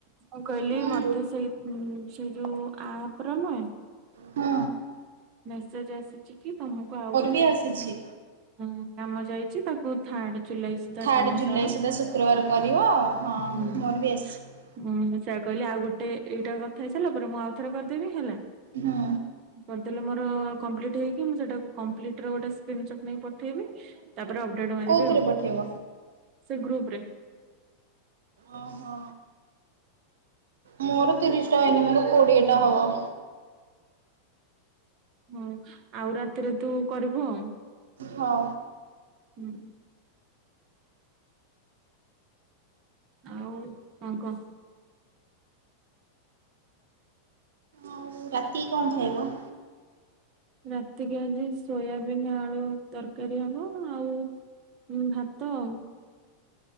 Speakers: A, on the right; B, on the right.
A: ମୁଁ କହିଲି
B: ହୁଁ
A: ମତେ ସେଇ ସେଇ ଯୋଉ ଆପ ର ନୁହେଁ
B: ହୁଁ।
A: ମେସେଜ ଆସିଚି କି ତମକୁ ଆଉ ଗୋଟେ
B: ବି ଆସିଛି।
A: ଉଁ କାମ ଯାଇଚି ତାକୁ ଥାର୍ଡ ଜୁଲାଇ ସୁଦ୍ଧା
B: ଥାର୍ଡ଼
A: କାମ
B: ଜୁଲାଇ
A: ସାର।
B: ସୁଦ୍ଧା ଶୁକ୍ରବାର କରିବ। ହଁ
A: ହୁଁ।
B: ମୋର ବି ଆସିଛି
A: ହୁଁ ସେଇଆ କହିଲେ ଆଉ ଗୋଟେ ଏଇଟା କଥା ହେଇ ସାରିଲା ପରେ ମୁଁ ଆଉଥରେ କରିଦେବି ହେଲା।
B: ହୁଁ।
A: କରିଦେଲେ ମୋର କଂପ୍ଲେଟି ହେଇକି ମୁଁ ସେଟାକୁ କଂପ୍ଲେଟି ର ଗୋଟ ସ୍କ୍ରନି ଶଟ ନେଇ ପଠେଇବି। ତାପରେ ଅପଡେଟ ମାରିବି
B: କୋଉଥିରେ
A: ଆଉ।
B: ପଠେଇବ?
A: ସେ ଗ୍ରୁପ ରେ।
B: ଓହୋ ମୋର ତିରିଶ ଟା ହେଇନି। ମୋର କୋଡିଏ ଟା ହବ।
A: ହଁ ଆଉ ରାତିରେ ତୁ କରିବୁ।
B: ହଁ।
A: ହୁଁ। ଆଉ କଣ କହ?
B: ଆଉ ରାତିକି କଣ ଖାଇବ?
A: ରାତିକି ଆଜି ସୋୟାବିନ୍ ଆଳୁ ତରକାରୀ ହବ ଆଉ ହୁଁ ଭାତ ଆଉ।